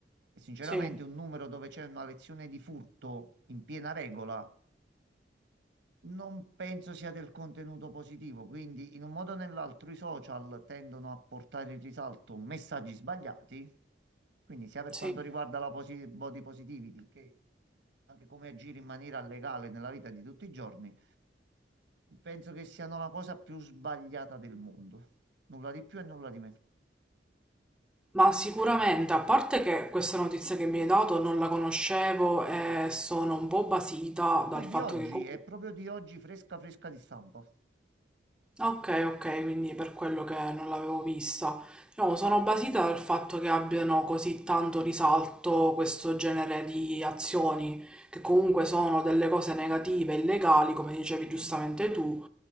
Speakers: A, on the right; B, in the centre.
A: E sinceramente
B: sì,
A: un numero dove c'è una lezione di furto in piena regola non penso sia del contenuto positivo, quindi in un modo o nell'altro i social tendono a portare in risalto messaggi sbagliati, quindi sia per
B: sì.
A: quanto riguarda la posi- body positivity che anche come agire in maniera legale nella vita di tutti i giorni, penso che siano la cosa più sbagliata del mondo. Nulla di più e nulla di meno.
B: Ma sicuramente, a parte che questa notizia che mi hai dato non la conoscevo e sono un po' basita
A: Ma
B: dal
A: è di
B: fatto
A: oggi,
B: che comunque
A: è proprio di oggi fresca fresca di stampa.
B: Ok, ok, quindi per quello che non l'avevo vista. Diciamo, sono basita dal fatto che abbiano così tanto risalto questo genere di azioni, che comunque sono delle cose negative, illegali, come dicevi giustamente tu,